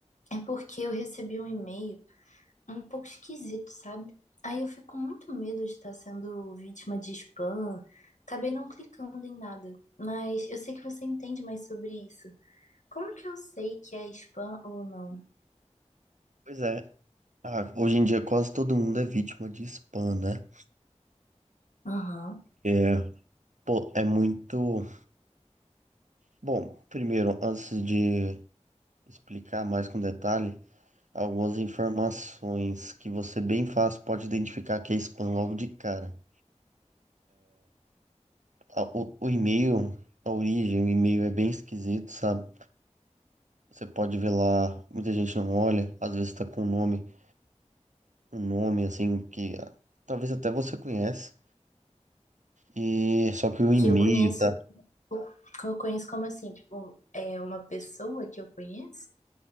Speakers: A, on the left; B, on the right.
A: É porque eu recebi um e-mail um pouco esquisito, sabe? Aí eu fico com muito medo de estar sendo vítima de spam. Acabei não clicando em nada, mas eu sei que você entende mais sobre isso. Como que eu sei que é spam ou não?
B: Pois é. Ah, hoje em dia quase todo mundo é vítima de spam, né?
A: Aham.
B: É, pô, é muito. Bom, primeiro, antes de explicar mais com detalhe, algumas informações que você bem fácil pode identificar que é spam logo de cara. A- O, o e-mail, a origem, o e-mail é bem esquisito, sabe? Você pode ver lá, muita gente não olha, às vezes tá com o nome. um nome assim que ah, talvez até você conhece. E só que o e-mail
A: Que eu conheço,
B: tá.
A: que eu conheço como assim? Tipo, é uma pessoa que eu conheço?